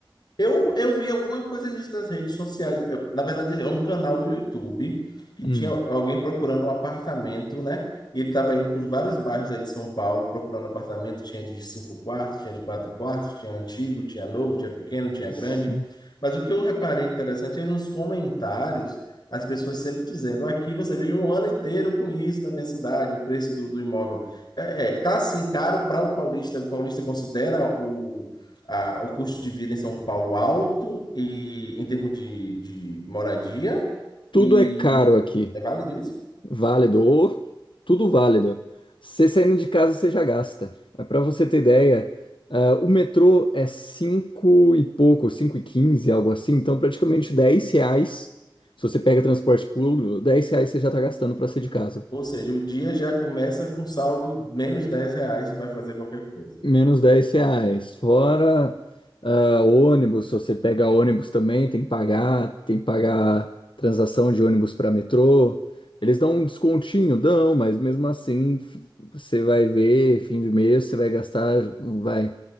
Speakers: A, on the left; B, on the left.
A: Eu, eu vi alguma coisa nisso nas redes sociais. Eu- na verdade, é um canal no YouTube que
B: Hum.
A: tinha alguém procurando um apartamento, né? E ele estava indo por vários bairros aí de São Paulo procurando apartamento. Tinha de cinco quartos, tinha de quatro quartos, tinha antigo, tinha novo, tinha pequeno, tinha grande.
B: Sim.
A: Mas o que eu reparei interessante é nos comentários as pessoas sempre dizendo: aqui você vive um ano inteiro com isso na minha cidade, o preço do, do imóvel. É, é, tá assim caro para o paulista. O paulista considera o a- o custo de vida em São Paulo alto e em termos de, de moradia.
B: Tudo
A: E
B: é caro aqui.
A: é válido isso?
B: Válido, ou tudo válido. Você saindo de casa, você já gasta. Para você ter ideia, ah, o metrô é 5 e pouco, 5 e 15, algo assim, então praticamente 10 reais. Se você pega transporte público, 10 reais você já está gastando para sair de casa.
A: Ou seja, o dia já começa com saldo menos 10 reais, vai fazer qualquer coisa
B: Menos 10 reais. Fora ah, ônibus, se você pega ônibus também, tem que pagar, tem que pagar transação de ônibus para metrô. Eles dão um descontinho, dão, mas mesmo assim f- você vai ver, fim de mês, você vai gastar, vai,